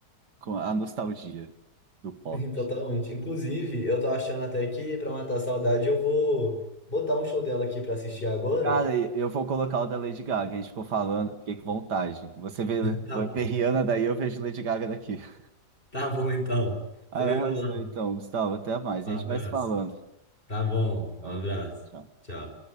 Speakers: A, on the right; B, on the left.
A: com a nostalgia do pop.
B: Sim, totalmente. Inclusive, eu tô achando até que, pra matar a saudade, eu vou botar um show dela aqui pra assistir agora.
A: Cara, e eu vou colocar o da Lady Gaga. A gente ficou falando, eu fiquei com vontade. Você vê,
B: Tá bom.
A: vê Rihanna daí, eu vejo Lady Gaga daqui. <laughs>
B: Tá bom, então.
A: Aí
B: Tô indo
A: arrasou,
B: lá.
A: então, Gustavo. Até mais.
B: Um
A: A gente
B: abraço.
A: vai se falando.
B: Tá bom, um
A: Falou,
B: abraço.
A: tchau.
B: Tchau.